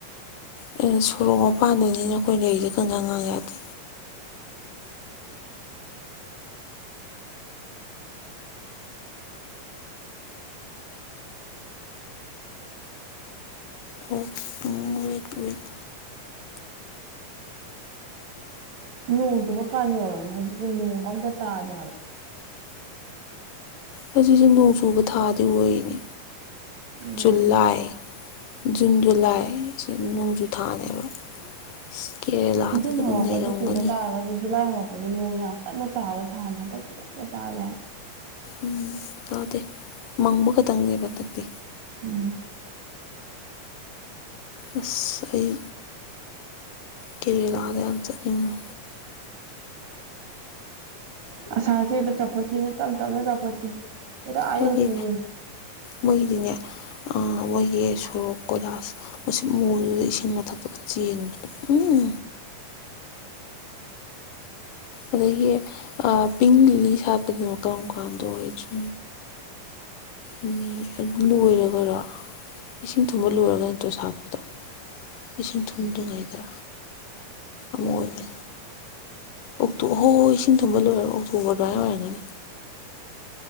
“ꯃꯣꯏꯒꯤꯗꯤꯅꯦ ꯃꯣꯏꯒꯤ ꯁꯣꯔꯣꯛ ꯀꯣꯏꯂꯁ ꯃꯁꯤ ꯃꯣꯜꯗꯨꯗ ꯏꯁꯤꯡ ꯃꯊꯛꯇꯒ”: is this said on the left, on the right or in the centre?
Left